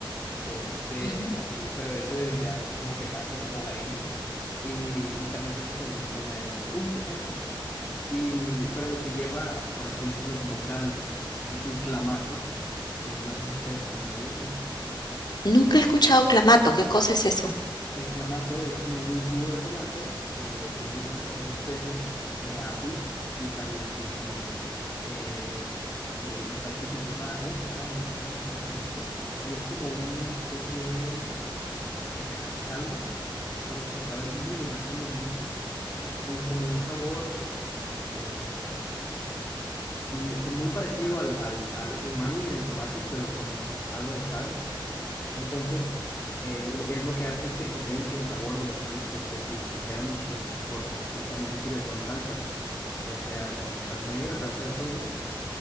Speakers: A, on the left; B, on the left.
A: de este,
B: Ujú.
A: así, pero eso es ya como que más en hogareño, y, y también se hace con, con medallón de atún, por ejemplo. Y, pero lo que lleva, por así decirlo, como caldo es el clamato, que no sé si ustedes también lo usen.
B: Nunca he escuchado clamato. ¿Qué cosa es eso?
A: El clamato es como un jugo de tomate que tiene diferentes especias, tiene apio y también tiene, eh, eh, me parece que lleva ostras, no me acuerdo exactamente, y es como una especie de, que será caldo, pero que sabe muy bueno, es como un, un- como un sabor. eh, mm, eh, muy parecido al, al- al umami del tomate, pero con, con algo de sal. Entonces, eh, es lo que hace es que potencia el sabor de los mariscos, pues, y, y queda muchísimo mejor, pues, porque también se sirve con salsas, ya sea con salsa negra, salsa de soya